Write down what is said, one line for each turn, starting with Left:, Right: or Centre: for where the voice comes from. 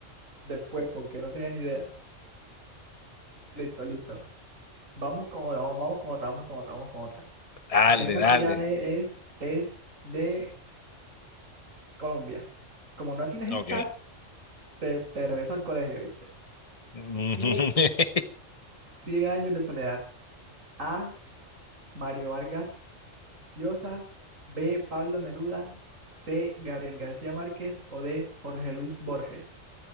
Right: después porque no tenía ni idea. Listo, listo. Vamos con otra, vamos vamos con otra, vamos con otra, vamos con otra.
Left: Dale,
Right: Esta
Left: dale.
Right: sí ya e- es, es de Colombia. Como no tienes estas,
Left: Ok.
Right: te, te regreso al colegio, ¿viste?
Left: <laughs>
Right: ¿Quién? cien años de soledad. A. Mario Vargas Llosa. B. Pablo Neruda. C. Gabriel García Márquez. O D. Jorge Luis Borges.